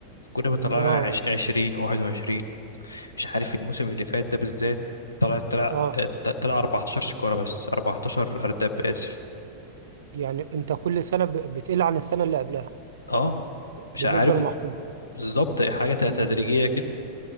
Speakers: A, on the left; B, on the right.
A: كنا بيطلع
B: اه
A: لنا 20 21 مش عارف الموسم اللي فات ده بالذات طلع طلع
B: اه
A: طلع 14 شكارة بس 14 أرداب آسف
B: يعني انت كل سنه ب- بتقل عن السنه اللي قبلها
A: اه مش
B: بالنسبه
A: عارف
B: للمحصول
A: بالظبط حاجة تدريجية
B: مم.
A: كده